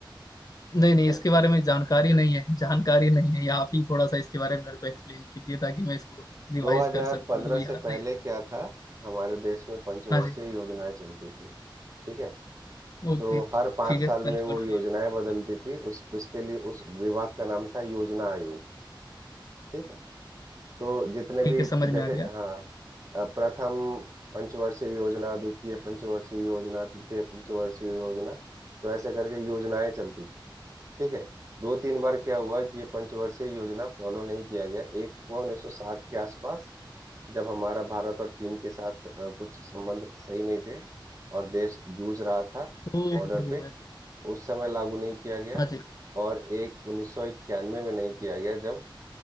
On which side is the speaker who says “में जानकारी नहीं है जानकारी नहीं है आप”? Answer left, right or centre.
Left